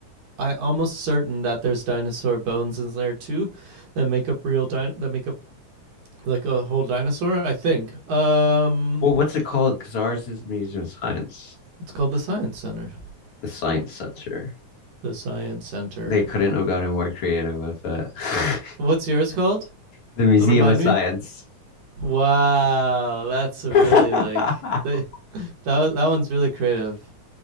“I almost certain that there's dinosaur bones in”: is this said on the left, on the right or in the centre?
Right